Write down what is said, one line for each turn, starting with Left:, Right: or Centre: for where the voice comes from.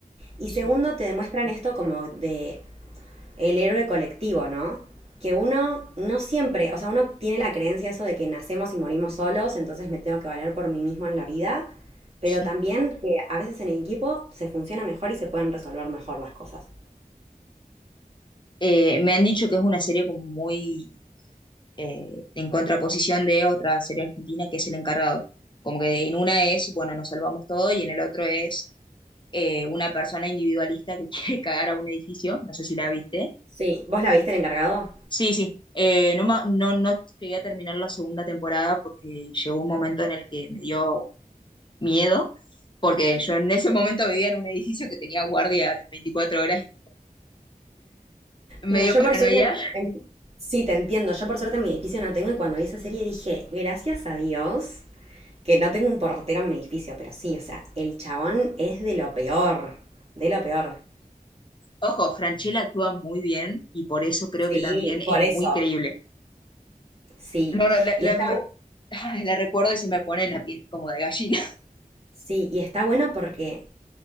Right: Y
Left: sí,
Right: segundo, te demuestran esto como de el héroe colectivo, ¿no? Que uno no siempre, o sea, uno tiene la creencia eso de que nacemos y morimos solos, entonces me tengo que valer por mí mismo en la vida, pero
Left: sí.
Right: también que a veces en equipo se funciona mejor y se pueden resolver mejor las cosas.
Left: Eh, me han dicho que es una serie como muy eh, en contraposición de otra serie argentina que es El Encargado. Como que en una es, bueno, nos salvamos todo y en el otro es eh, una persona individualista que <laughs> quiere cagar a un edificio, no sé si la viste.
Right: Sí, ¿vos la viste el encargado?
Left: Sí, sí, eh, no, ma- no, no llegué a terminar la segunda temporada porque llegó un momento en el que me dio miedo, porque yo en ese momento vivía en un edificio que tenía guardia a las 24 horas, me
Right: No,
Left: dio
Right: yo
Left: paranoia.
Right: por suerte, en- sí, te entiendo, yo por suerte en mi edificio no tengo y cuando vi esa serie dije, gracias a Dios que no tengo un portero en mi edificio, pero sí, o sea, el chabón es de lo peor, de lo peor.
Left: Ojo, Franchella actúa muy bien y por eso creo
Right: Sí,
Left: que también es
Right: por eso.
Left: muy creíble.
Right: Sí,
Left: No, no, la,
Right: y
Left: la-
Right: está,
Left: me-
Right: bu-
Left: ay, la recuerdo y se me pone la piel como de gallina. <laughs>
Right: sí, y está bueno porque